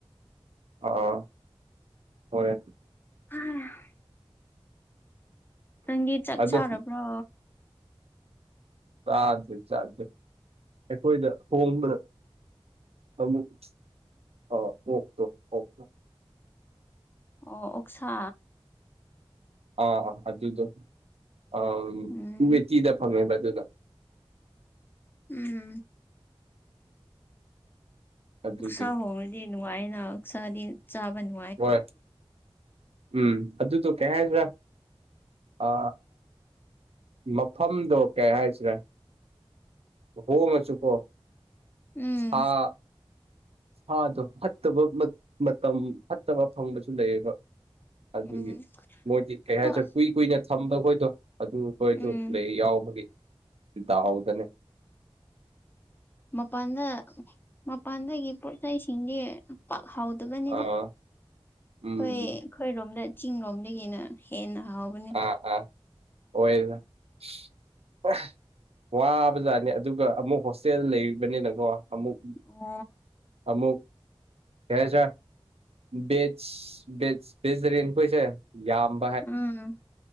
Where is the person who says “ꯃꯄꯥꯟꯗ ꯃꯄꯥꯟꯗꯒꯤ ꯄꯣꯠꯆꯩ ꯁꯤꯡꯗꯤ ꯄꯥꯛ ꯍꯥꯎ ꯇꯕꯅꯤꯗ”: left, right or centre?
Left